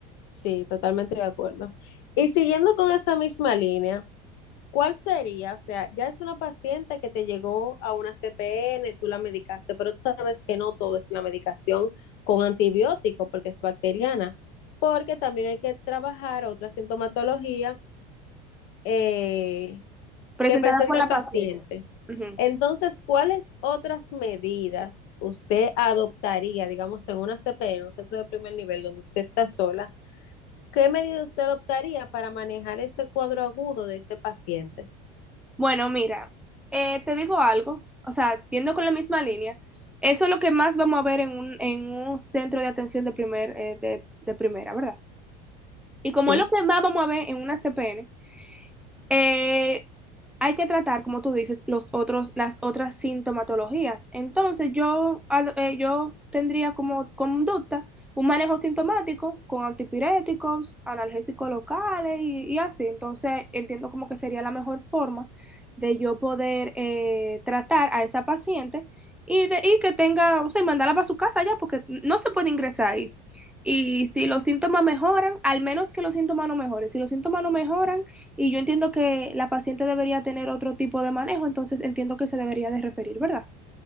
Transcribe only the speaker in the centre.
Presentada
por la
paciente. Ujú.
Bueno, mira, eh, te digo algo, o sea, yendo con la misma línea, eso es lo que más vamos a ver en un, en un centro de atención de, primer, eh, de, de primera, ¿verdad? Y como
es lo que más vamos a ver en una CPN, eh, hay que tratar, como tú dices, los otros, las otras sintomatologías. Entonces, yo, ad- eh, yo tendría como conducta un manejo sintomático con antipiréticos, analgésicos locales y, y así. Entonces, entiendo como que sería la mejor forma de yo poder eh, tratar a esa paciente y, de, y que tenga, o sea, y mandarla para su casa ya, porque no se puede ingresar ahí. Y si los síntomas mejoran, al menos que los síntomas no mejoren, si los síntomas no mejoran, y yo entiendo que la paciente debería tener otro tipo de manejo, entonces entiendo que se debería de referir, ¿verdad?